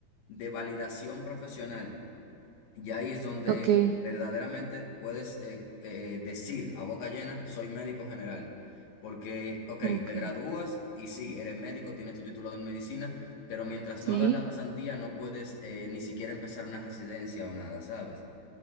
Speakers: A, on the left; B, on the right.
A: de validación profesional. Y ahí es donde
B: Ok,
A: verdaderamente puedes eh, eh, decir a boca llena, soy médico general. Porque, ok,
B: ok.
A: te gradúas y sí, eres médico, tienes tu título en medicina, pero mientras
B: Sí,
A: no hagas la pasantía no puedes eh, ni siquiera empezar una residencia o nada, ¿sabes?